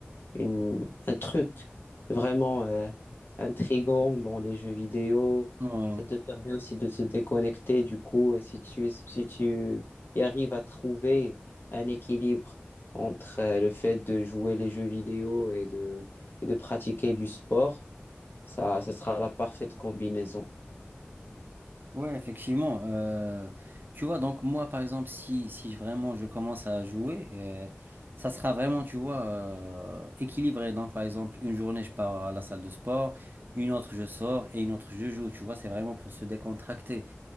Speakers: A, on the left (about 60°); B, on the right (about 55°).
A: une, un truc vraiment euh, intrigant dans les jeux vidéo.
B: Ouais.
A: Ça te permet aussi de te déconnecter du coup. Et si tu, si tu y arrives à trouver un équilibre entre euh, le fait de jouer les jeux vidéo et de, et de pratiquer du sport, ça, ça sera la parfaite combinaison.
B: Ouais, effectivement. euh, tu vois, donc moi, par exemple, si, si je- vraiment je commence à jouer, euh, ça sera vraiment, tu vois, euh, équilibré. Donc, par exemple, une journée, je pars à la salle de sport, une autre, je sors et une autre, je joue. Tu vois, c'est vraiment pour se décontracter.